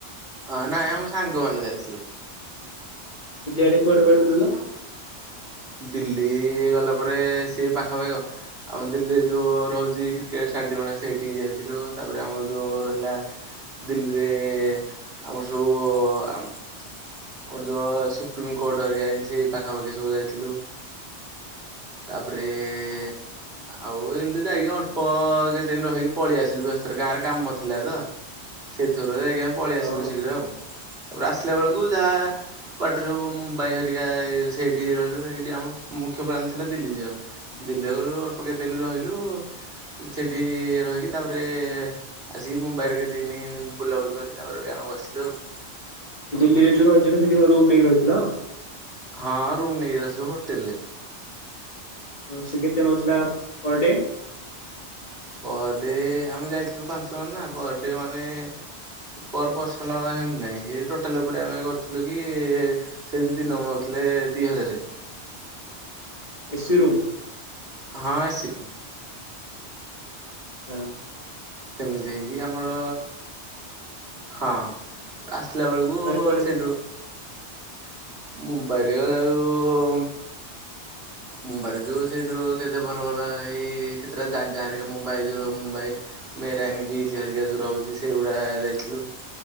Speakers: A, on the right; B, on the left.
A: ଅ ନାଇଁ ଆମ ସାଙ୍ଗମନେ ଯାଇଥିଲୁ।
B: ଦିଲ୍ଲି ଆଡେ କୁଆଡେ କୁଆଡେ ବୁଲିଲ?
A: ଦିଲ୍ଲୀ ଗଲା ପରେ ସିଏ ପାଖାପାଖି ଆମର ଦିଲ୍ଲୀରେ ଯୋଉ ରହୁଛି କ୍ରିକେଟ୍ ଷ୍ଟାଡିୟମ ଟା ସେଇଠି ଯାଇଥିଲୁ ତାପରେ ଆମର ଯୋଉ ରହିଲା। ଦିଲ୍ଲୀରେ ଆମର ସବୁ ଆମ ଆର ଯୋ ସୁପ୍ରିମ କୋର୍ଟ ହରିକା ସେଇ ପାଖାପାଖି ସବୁ ଯାଇଥିଲୁ। ତାପରେ ଏ ଆଉ ଏମିତି ଯାଇକି ଅଳ୍ପ କେତେ ଦିନ ରହିକି ପଳେଇ ଆସିଲୁ ବ୍ୟସ୍ତରେ ଗାଁରେ କାମ ଥିଲା ତ। ସେଥରୁ ଯାଇକି ଆମେ ପଳେଇ
B: ହଁ
A: ଆସିଲୁ ଶୀଘ୍ର ଆଉ ତାପରେ ଆସିଲା ବେଳକୁ ଯାହା ବାଟରୁ ମୁମ୍ବାଇ ହେରିକା ସେଇଠି ରହିଲୁ ହେଇଠି ଆମର ମୁଖ୍ୟ ପ୍ଲାନ ଥିଲା ଦିଲ୍ଲୀ ଯିବାକୁ। ଦିଲ୍ଲୀ ଗଲୁ ଅଳ୍ପ କେତେଦିନ ରହିଲୁ ସେଠି ରହିକି ତାପରେ ଆସିକି ମୁମ୍ବାଇରେ କେତେଦିନି ବୁଲାବୁଲି କରି ତାପରେ ଗାଁକୁ ଆସିଲୁ ଆଉ।
B: ଦିଲ୍ଲୀରେ ଯୋଉ ରହିଥିଲ ସେଠି କଣ ରୁମ ନେଇକି ରହିଥିଲ?
A: ହଁ ରୁମ ନେଇକି ରହିଥିଲୁ ହୋଟେଲରେ।
B: ହଁ ସେ କେତେ ନଉଥିଲା ପର ଡେ?
A: ପର ଡେ ଆମେ ଯାଇଥିଲୁ ପାଞ୍ଚ ଜଣ ନା ପର ଡେ ମାନେ ପର ପର୍ସନ ହେମିତି ନାଇ କି ଟୋଟାଲ ଉପରେ ଆମେ କରିଥିଲୁ କି ସେ ଦିନକୁ ନଉଥିଲେ ଦି ହଜାରେ।
B: AC room?
A: ହଁ ଏସି ରୁମ।
B: ହାଁ।
A: ଏ ମିତି ହେଇକି ଆମର ହଁ। ଆସିଲା ବେଳକୁ
B: ମୁମ୍ବାଇରେ କୁଆଡେ
A: ସେଡୁ
B: କୁଆଡେ
A: ମୁମ୍ବାଇରେ ଆଉ ମୁମ୍ବାଇ ରେ ଯୋଉ ସେଇଠୁ କେତେ ଭଲ ଭଲ ହେଇ କେତେ ଟା ଜାଗା ହାରିକା ମୁମ୍ବାଇ ଯୋଉ ମୁମ୍ବାଇ ମେରାନୀ ବିଚ ହେରିକା ଯୋଉ ରହୁଛି ସେଇଗୁଡା ଯାଇଥିଲୁ